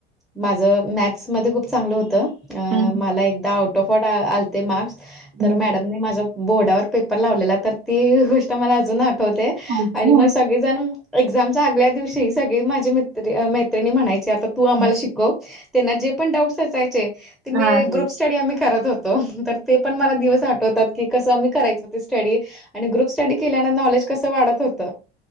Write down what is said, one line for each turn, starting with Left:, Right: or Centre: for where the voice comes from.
Centre: माझ मॅथ्स मध्ये खूप चांगलं होत
Right: हं,
Centre: मला एक ते आउट ऑफ ऑल आलते मार्क्स
Right: हं.
Centre: तर मॅडम मी माझ बोर्डावर पेपर लावलेला तर ती गोष्ट मला अजून आठवते
Right: अच्छा.
Centre: आणि मग मी जणू एक्झामच्या आदल्या दिवशी सगळी माझी मित्रे आण मैत्रिणी म्हणायच्यात. तु आम्हाला
Right: हं.
Centre: शिकव त्यांना जे पण डाउट्स असायचे ते मी
Right: हां, हं.
Centre: ग्रुप स्टडी आम्ही करत होत. तो ते पण मला दिवस आठवतात की कसं आम्ही करायच ते स्टडी आणि ग्रुप स्टडी केल्यान नॉलेज कसं वाढत होत.